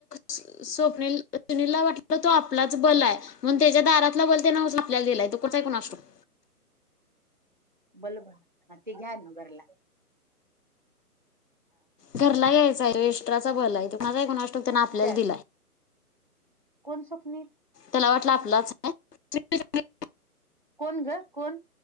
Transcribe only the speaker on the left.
स्व - स्वप्नील सुनीलला वाटलं तो आपलाच बलं आहे. म्हणून त्याच्या दारातला बल उचलून त्याने आपल्याला दिलाय. तो कुठे आहे कोणास ठाऊक?
घरला यायचंय हाय व्हय? ट्राचा बल हायत. <unintelligible> त्यानं आपल्याला
दिलाय.
मला वाटलं आपलाचं हाय <inaudible>